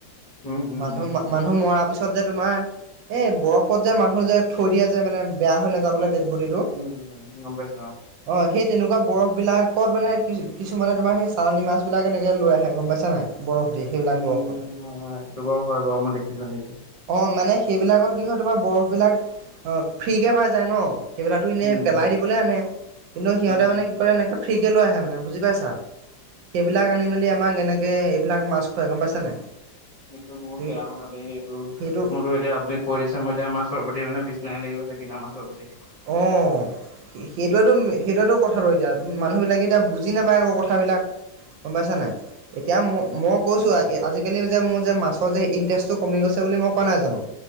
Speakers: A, on the left; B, on the right.
A: উম উম
B: মানুহ
A: উম
B: মানুহ মৰাৰ পিছত পিছত যে তোমাৰ এই বৰফত যে মানুহ যে থৈ দিয়ে যে মানে বেয়া হৈ নাযাবলৈ ডেট বডিটো অ
A: উম উম গম পাইছো
B: সেই তেনেকোৱা বৰফবিলাকত মানে কি কিছুমানে তোমাৰ সেই চালানী মাছবিলাক এনেকে লৈ আহে গম পাইছে নাই। বৰফ দিয়ে
A: উম
B: সেইবিলাক বৰফত
A: হয় সেইটো বাৰু হয় বাৰু মই দেখিছো নিজে।
B: অ মানে সেইবিলাকৰ কি হয় তোমাৰ বৰফ বিলাক অ ফ্ৰীকে পাই যায় ন। সেইবিলাকটো এনেই
A: উম
B: পেলাই
A: উম
B: দিবলৈ আনে কিন্তু সিহঁতে
A: উম
B: মানে
A: উম
B: কি কৰে এনেকে ফ্ৰী কে লৈ আহে মানে বুজি পাইছা। সেইবিলাক
A: উম উম
B: আনি মেলি আমাক এনেকে এইবিলাক মাছ খোৱাই গম পাইছা নাই
A: এইটো বহুত
B: গতিকে
A: বেয়া কথা দেই এইটো
B: সেইটো
A: মোৰতো এতিয়া আপডেট কৰিছে মই এতিয়া মাছৰ প্ৰতি মানে বিচনায় লাগি গৈছে কিনা মাছৰ প্ৰতি
B: অ সেইটোৱেত সেইটোৱেত কথাটো এতিয়া মানুহ বিলাকে এতিয়া বুজি নাপায় আকৌ কথাবিলাক গম পাইছা নাই এতিয়া ম মই কৈছো আজিকালি যে মোৰ যে মাছৰ যে ইন্টাৰেষ্টটো কমি গৈছে বুলি মই কোৱা নাই জানো